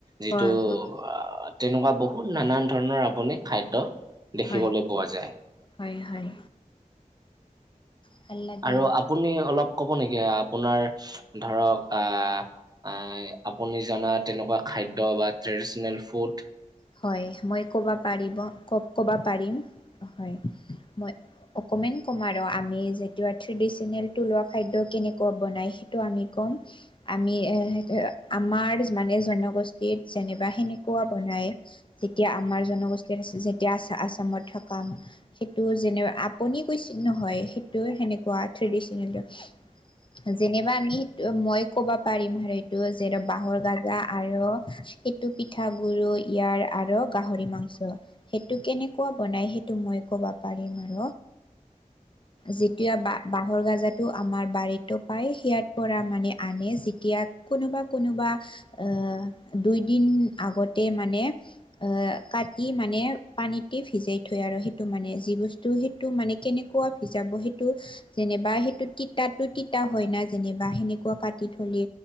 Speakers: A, on the right (about 30°); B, on the left (about 35°).
A: যিটো
B: হয়
A: আ
B: হয়
A: তেনেকুৱা বহুত নানান ধৰণৰ আপুনি খাদ্য দেখিবলৈ
B: হয়
A: পোৱা যায়।
B: হয় হয়। ভাল লাগে
A: আৰু আপুনি অলপ কব নেকি? আপোনাৰ ধৰক আহ আই আপুনি জানা তেনেকুৱা খাদ্য বা ট্ৰেডিচনেল ফুড।
B: হয় মই ক'ব পাৰিব ক'ব পাৰিম হয় মই। অকমেন ক'ম আৰ আমি যেতিয়া ট্ৰেডিচ্যনেল থলুৱা খাদ্য কেনেকুৱা বনাই, সেইটো আমি ক'ম। আমি আমাৰ মানে জনগোষ্ঠীত যেনিবা সেনেকুৱা বনায়। এতিয়া আমাৰ জনগোষ্ঠীৰ আছে যেতিয়া আ-আছামত থকা <unintelligible> সেইটো যেনিবা আপুনি কৈছে নহয়, সেইটো সেনেকুৱা ট্ৰেডিচ্যনেলটো। <inaudible> যেনিবা আমি সেই মই ক'বা পাৰিম আৰু সেইটো যে বাঁহৰ গাজা আৰু, সেইটো পিঠাগুড়িও ইয়াৰ আৰু গাহৰি মাংস। সেইটো কেনেকুৱা বনাই সেইটো মই ক'বা পাৰিম আৰ। যেতিয়া বা-বাঁহৰ গাজাটো আমাৰ বাৰীতো পায়। সিয়াৰ পৰা মানে আনে যেতিয়া, কোনোবা কোনোবা এ দুইদিন আগতে মানে অহ, কাটি মানে পানীতে ভিজাই থৈ আৰু সেইটো মানে যি বস্তু সেই সেইটো মানে কেনেকুৱা ভিজাব সেইটো। যেনিবা সেইটো তিতাতো তিতা হয় ন, যেনিবা সেনেকুৱা কাটি থলে।